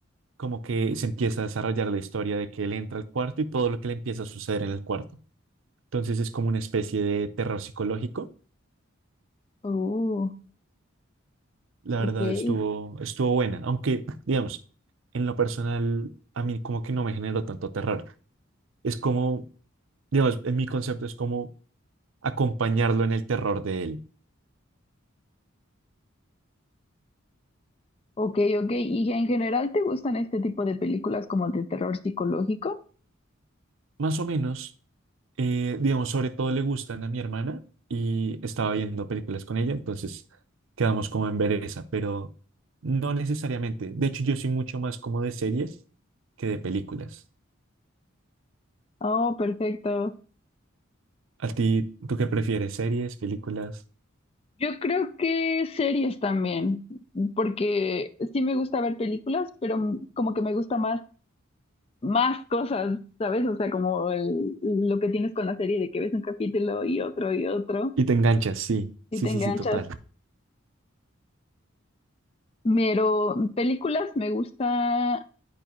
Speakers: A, on the right; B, on the left.
A: como que se empieza a desarrollar la historia de que él entra al cuarto y todo lo que le empieza a suceder en el cuarto. Entonces es como una especie de terror psicológico.
B: Oh,
A: La
B: ok.
A: verdad estuvo, estuvo buena, aunque digamos, en lo personal a mí como que no me generó tanto terror. Es como digamos, en mi concepto es como acompañarlo en el terror de él.
B: Ok, ok. ¿Y en general te gustan este tipo de películas como de terror psicológico?
A: Más o menos, eh, digamos, sobre todo le gustan a mi hermana y estaba viendo películas con ella, entonces quedamos como en ver esa, pero no necesariamente. De hecho, yo soy mucho más como de series que de películas.
B: Oh, perfecto.
A: ¿A ti, tú qué prefieres? ¿Series, películas?
B: Yo creo que series también, porque sí me gusta ver películas, pero m- como que me gusta más, más cosas, ¿sabes? O sea, como el- lo que tienes con la serie de que ves un capítulo y otro y otro
A: Y te enganchas, sí,
B: y
A: sí,
B: te
A: sí,
B: enganchas.
A: sí, total.
B: Pero películas me gusta,